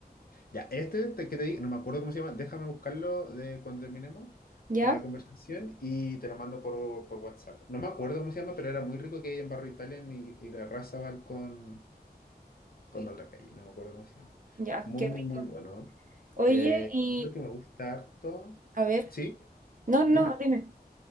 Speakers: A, on the left (about 60°); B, on the right (about 55°).
A: Ya, este te, que te di- no me acuerdo cómo se llama, déjame buscarlo de cuando terminemos
B: ¿Ya?
A: la conversación y te lo mando por, por WhatsApp. No me acuerdo cómo se llama, pero era muy rico que hay en Barrio Italia y, y la Razabal con, con la otra calle, no me acuerdo cómo se llama.
B: Ya,
A: Muy,
B: qué
A: muy,
B: rico.
A: muy bueno.
B: Oye,
A: Eh,
B: y
A: otro que me gusta harto.
B: a ver,
A: Sí,
B: no, no,
A: dime.
B: dime.